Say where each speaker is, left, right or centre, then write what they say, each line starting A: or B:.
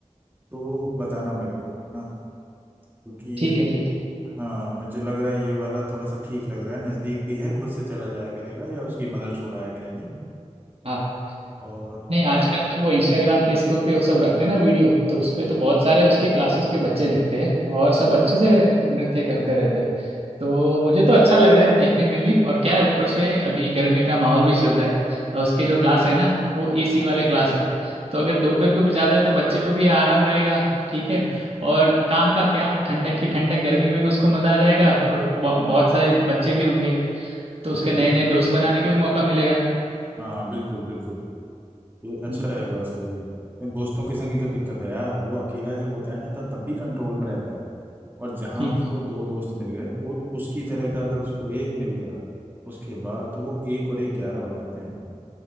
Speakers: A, on the right (about 15°); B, on the right (about 55°).
A: तो बताना मेरे को ना क्योंकि
B: ठीक है ठीक है
A: हाँ मुझे लग रहा है ये वाला थोड़ा सा ठीक लग रहा है नज़दीक भी है खुद से चला जाया करेगा या उसकी मदर छोड़ाया करेंगी
B: हाँ
A: और
B: नहीं आजकल
A: काम
B: तो
A: करो
B: वो इंस्टाग्राम फेसबुक पे वो सब रखते हैं ना वीडियो तो उस पे तो बहुत सारे उसके क्लासेस के बच्चे दिखते हैं और सब अच्छे से नृत्य करते रहते हैं तो मुझे तो अच्छा लग रहा है देखने में भी और क्या है ऊपर से अभी गर्मी का माहौल भी चल रहा है और उसके जो क्लास है ना वो एसी वाले क्लास है तो अगर दोपहर को भी ज़्यादा है तो बच्चे को भी आराम रहेगा ठीक है और काम का क्या ठंडक की ठंडक गर्मी में भी उसको मज़ा आ जाएगा और बहु- बहुत सारे बच्चे भी होंगे तो उसके
A: बिल्कुल
B: नए नए दोस्त बनाने का भी मौका मिलेगा
A: हाँ बिल्कुल बिल्कुल ये अच्छा
B: हम्म,
A: रहेगा उसके लिए ये दोस्तों के संग ही तो दिक्कत है यार वो अकेला जब होता है ना तब तब भी कंट्रोल में रहता है और जहाँ
B: ठीक
A: उसको दो दोस्त मिल गए वो उसकी तरह का अगर उसको एक मिल गया उसके बाद तो वो एक और एक ग्यारह हो जाते हैं